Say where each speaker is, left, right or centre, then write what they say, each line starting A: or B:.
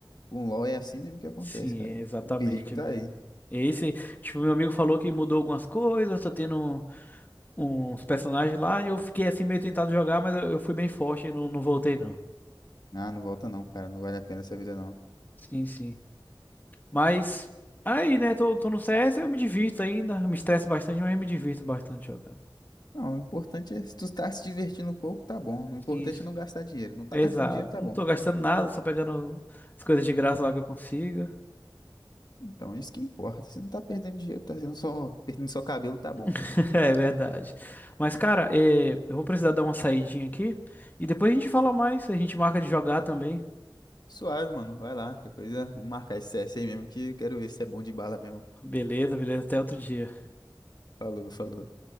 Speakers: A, on the left; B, on the left.
A: Com o LoL é assim mesmo que acontece,
B: Sim,
A: cara.
B: é exatamente,
A: O perigo tá
B: velho.
A: aí.
B: Esse, tipo, meu amigo falou que mudou algumas coisas, tá tendo uns personagens lá, e eu fiquei assim meio tentado jogar, mas eu, eu fui bem forte e não, não voltei, não.
A: Ah, não volta não, cara. Não vale a pena essa vida, não.
B: Sim, sim. Mas aí, né, tô, tô no CS, eu me divirto ainda, me estresso bastante, mas eu me divirto bastante jogando.
A: Não, o importante é se tu tá se divertindo um pouco, tá bom. O importante
B: Sim, sim.
A: é não gastar dinheiro. Não tá
B: Exato.
A: gastando dinheiro, tá
B: Não
A: bom.
B: tô gastando nada, só pegando as coisas de graça lá que eu consigo.
A: Então, isso que importa. Se não tá perdendo dinheiro, tá sendo só perdendo só cabelo, tá bom.
B: <laughs> É verdade. Mas, cara, é, eu vou precisar dar uma saidinha aqui e depois a gente fala mais. A gente marca de jogar também.
A: Suave, mano. Vai lá. Qualquer coisa, vamos marcar esse CS aí mesmo, que eu quero ver se é bom de bala mesmo.
B: Beleza, beleza. Até outro dia.
A: Falou, falou.